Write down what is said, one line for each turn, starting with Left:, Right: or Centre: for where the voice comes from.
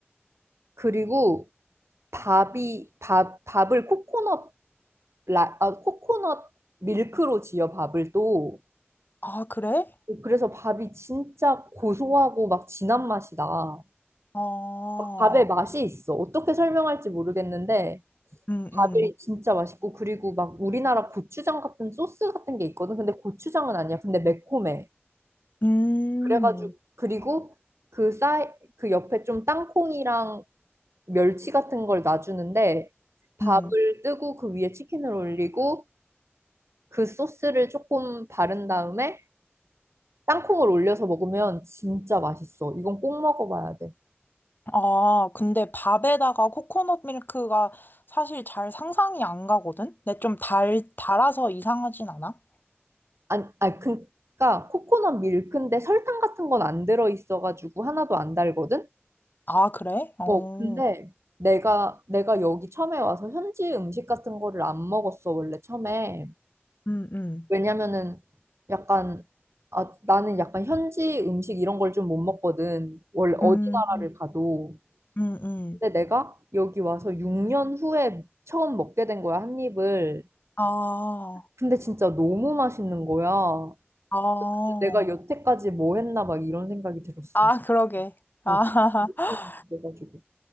Right: 그리고 밥이 밥 밥을 코코넛 라, 아, 코코넛 밀크로 지어 밥을 또
Left: 아, 그래?
Right: 그래서 밥이 진짜 고소하고 막 진한 맛이 나.
Left: 어,
Right: 밥에 맛이 있어. 어떻게 설명할지 모르겠는데
Left: 음,
Right: 밥이
Left: 음,
Right: 진짜 맛있고 그리고 막 우리나라 고추장 같은 소스 같은 게 있거든. 근데 고추장은 아니야. 근데 매콤해.
Left: 음,
Right: 그래가지고 그리고 그 쌀 그 옆에 좀 땅콩이랑 멸치 같은 걸 놔주는데 밥을
Left: 음.
Right: 뜨고 그 위에 치킨을 올리고 그 소스를 조금 바른 다음에 땅콩을 올려서 먹으면 진짜 맛있어. 이건 꼭 먹어봐야 돼.
Left: 아, 근데 밥에다가 코코넛 밀크가 사실 잘 상상이 안 가거든? 근데 좀 달, 달아서 이상하진 않아?
Right: 안, 아, 그러니까 코코넛 밀크인데 설탕 같은 건 안 들어있어가지고 하나도 안 달거든.
Left: 아, 그래? 어,
Right: 어, 근데 내가, 내가 여기 처음에 와서 현지 음식 같은 거를 안 먹었어, 원래 처음에.
Left: 음, 음,
Right: 왜냐면은 약간, 아, 나는 약간 현지 음식 이런 걸 좀 못 먹거든. 원래 어디
Left: 음,
Right: 나라를 가도.
Left: 음,
Right: 근데
Left: 음.
Right: 내가 여기 와서 6년 후에 처음 먹게 된 거야, 한 입을.
Left: 아,
Right: 근데 진짜 너무 맛있는 거야.
Left: 아,
Right: 내가 여태까지 뭐 했나 막 이런 생각이 들었어.
Left: 아, 그러게.
Right: 뭐,
Left: 아, <laughs>
Right: 음, 그래가지고.